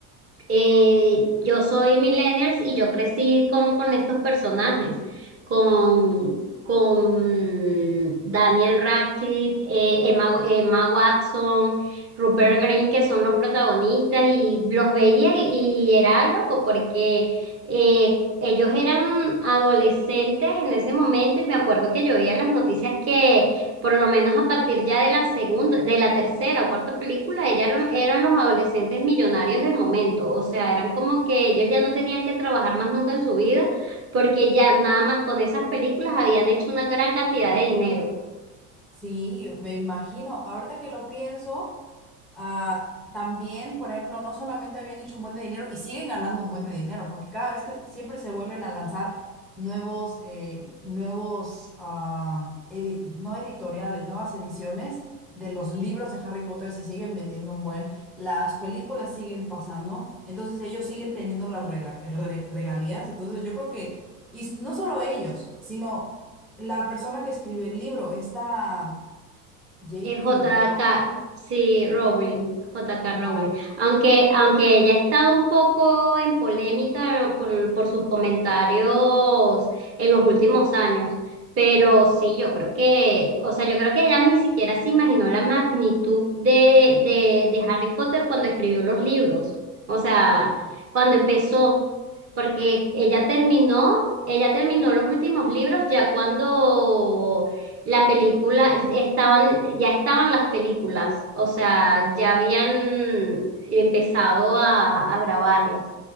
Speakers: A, on the right; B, in the centre.
A: eh, yo soy millennials y yo crecí con, con estos personajes, con, con Daniel Radcliffe, eh, Emma, Emma Watson, Rupert
B: Ujú.
A: Grint, que son los protagonistas, y los veía y, y era loco porque eh, ellos eran adolescentes en ese momento y me acuerdo que yo veía las noticias que por lo menos a partir ya de la segunda, de la tercera o cuarta película, ella eran, eran los adolescentes millonarios del momento, o sea, eran como que ellos ya no tenían que trabajar más nunca en su vida, porque ya nada más con esas películas habían hecho una gran cantidad de dinero.
B: Sí, yo me imagino. Ahorita que lo pienso, ah, también, por ejemplo, no solamente habían hecho un buen de dinero y siguen ganando un buen de dinero, porque cada vez que siempre se vuelven a lanzar nuevos, eh, nuevos, ah, edi- no editoriales, nuevas ediciones de los libros de Harry Potter se siguen vendiendo un buen, las películas siguen pasando, entonces ellos siguen teniendo las rela- re- regalías. Entonces yo creo que, y no solo ellos, sino la persona que escribió el libro, esta J.K.
A: eh, J.K.
B: Rowling,
A: Sí, Rowling, J.K.
B: ajá,
A: Rowling. Aunque, aunque ella ha estado un poco en polémica por, por sus comentarios en los últimos años. Pero sí, yo creo que, o sea, yo creo que ella ni siquiera se imaginó la magnitud de, de, de Harry Potter cuando escribió los libros. O sea,
B: sí.
A: cuando
B: Mm,
A: empezó, porque ella terminó, ella terminó los últimos libros ya cuando la película, estaban, ya estaban las películas, o sea, ya habían empezado a, a grabarlas.